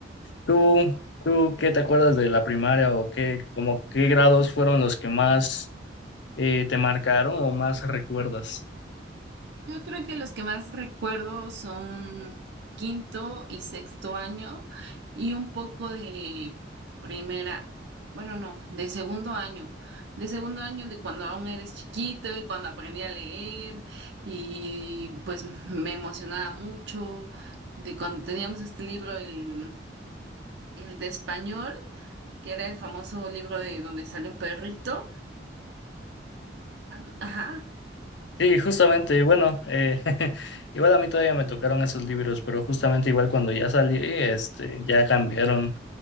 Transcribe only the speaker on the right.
Yo creo que los que más recuerdo son quinto y sexto año y un poco de primera, bueno, no, de segundo año, de segundo año de cuando aún eres chiquito y cuando aprendí a leer y pues me emocionaba mucho de cuando teníamos este libro, el, el de español, que era el famoso libro de donde sale un perrito. Ah, no, Ajá.